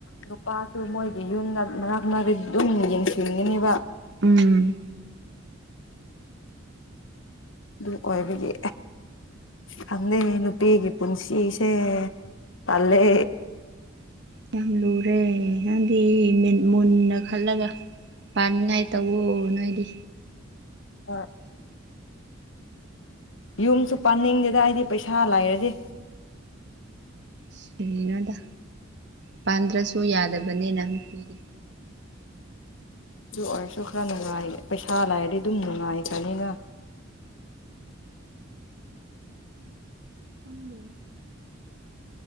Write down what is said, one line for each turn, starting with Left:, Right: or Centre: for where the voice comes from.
Left: ꯅꯨ ꯄꯥꯠꯇꯨ ꯃꯣꯏꯒꯤ ꯌꯨꯝꯗ ꯃꯔꯛ ꯃꯔꯛꯇ ꯂꯨꯝꯅ ꯌꯦꯡꯁꯤꯟꯒꯅꯤꯕ
Right: ꯎꯝ
Left: ꯑꯗꯨ ꯑꯣꯏꯕꯒꯤ ꯈꯪꯗꯦ ꯅꯨꯄꯤꯒꯤ ꯄꯨꯟꯁꯤꯁꯦ ꯄꯜꯂꯦ
Right: ꯌꯥꯝ ꯂꯨꯔꯦ ꯅꯪꯗꯤ ꯃꯨꯟꯅ ꯈꯜꯂꯒ ꯄꯥꯅꯤꯉꯥꯏ ꯇꯧꯋ ꯅꯣꯏꯗꯤ
Left: ꯋꯥ ꯌꯨꯝꯁꯨ ꯄꯥꯅꯤꯡꯗꯦꯗ ꯍꯥꯏꯗꯤ ꯄꯩꯁꯥ ꯂꯥꯏꯔꯗꯤ
Right: ꯁꯂꯤꯅꯥꯣꯗ ꯄꯥꯟꯗ꯭ꯔꯁꯨ ꯌꯥꯗꯕꯅꯤꯅ ꯅꯨꯄꯤꯗꯤ
Left: ꯑꯗꯨ ꯑꯣꯏꯔꯁꯨ ꯈꯔ ꯅꯨꯡꯉꯥꯏ ꯄꯩꯁꯥ ꯂꯩꯔꯗꯤ ꯑꯗꯨꯝ ꯅꯨꯡꯉꯥꯏꯈꯅꯤꯅ
Right: ꯀꯝ ꯂ